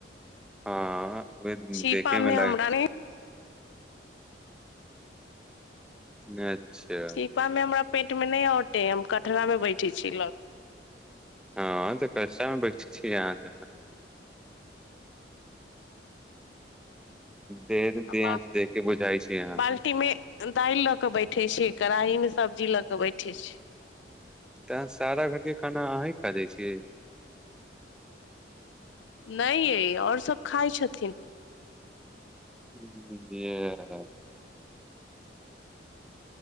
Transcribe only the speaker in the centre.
हँ ओ
देखेमे
ल
अच्छा
हँ तऽ कचामे बैठ छी अहाँ त देखें
के बुझाइ छी अहाँके
तऽ सारा घर के खाना अही खा जाइ छियै
ह <inaudible>